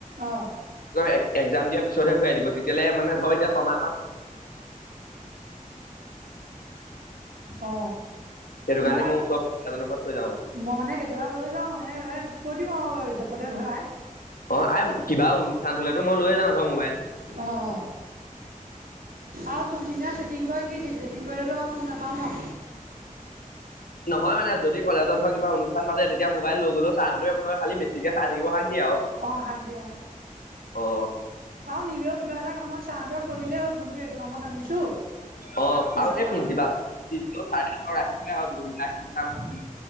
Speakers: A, on the right (about 90°); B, on the left (about 85°).
A: অ',
B: ত এক্সাম দিয়াৰ পিছতহে ঘূৰাই দিব তেতিয়াহলে মানে হয় এতিয়া ছমাহত
A: অ
B: সেইটো কাৰণে
A: মই মানে
B: ওচৰ এজনৰ ঘৰত থৈ যাওঁ
A: মই মানে কেতিয়াবা লৈ যাও মানে বোলে থৈ দিওঁ আও জেপতে ভৰাই
B: অ আ কিবা অনুষ্ঠান হলেতো মই লৈ যাওঁ ধৰ মোবাইল
A: অ-অ আৰু কোনদিনীয়া চেকিং কৰে কি ঠিক চেকিং কৰিলেটো আৰু ফোন নাপাওঁ ন
B: নহয় মানে যদি কলেজত ধৰ কিবা অনুষ্ঠান পাতে তেতিয়া মবাইল লৈ গলেও ছাৰহঁতে একো নকৰে খালি বেছিকে চাই থাকিব দিয়ে আৰু
A: অ, শাক দিয়ে অ।
B: অ।
A: অ, নিলেও কিবা এটা কামত ছাৰহঁতক কৈ দিলেই হ'ল ফোনটো এইটো কামত আনিছো।
B: অ,
A: পিছত
B: আৰু এই প্ৰিন্সিপাল চাৰে ৰাখি থৈ আও।
A: উম,